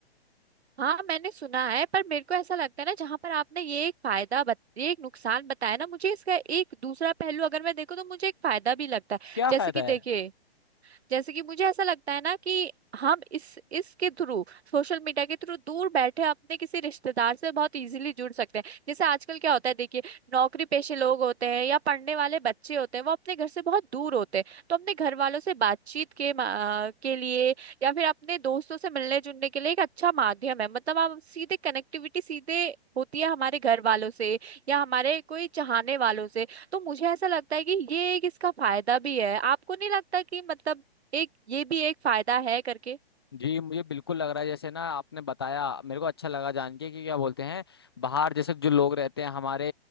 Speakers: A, on the right (about 80°); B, on the left (about 25°).
A: हाँ मैंने सुना है पर मेरे को ऐसा लगता है ना जहां पर आपने ये एक फायदा बत, ये एक नुकसान बताया ना मुझे इसका एक दूसरा पहलू अगर मैं देखूँ तो मुझे एक फायदा भी लगता है
B: क्या
A: जैसे
B: फायदा
A: कि
B: है
A: देखिए जैसे कि मुझे ऐसा लगता है ना कि हम इस इसके थ्रू सोशल मीडिया के थ्रू दूर बैठे अपने किसी रिश्तेदार से बहुत इजीली जुड़ सकते हैं जैसे आजकल क्या होता है देखिए नौकरी पेशे लोग होते हैं या पढ़ने वाले बच्चे होते हैं वो अपने घर से बहुत दूर होते हैं तो अपने घर वालों से बातचीत के मा- के लिए या फिर अपने दोस्तों से मिलने जुलने के लिए एक अच्छा माध्यम है मतलब आप सीधे कनेक्टिविटी सीधे होती है हमारे घर वालों से या हमारे कोई चाहने वालों से तो मुझे ऐसा लगता है कि ये एक इसका फायदा भी है आपको नहीं लगता कि मतलब एक ये भी एक फायदा है करके
B: जी मुझे बिल्कुल लग रहा है जैसे ना आपने बताया मेरे को अच्छा लगा जान के कि क्या बोलते हैं बाहर जैसे जो लोग रहते हैं हमारे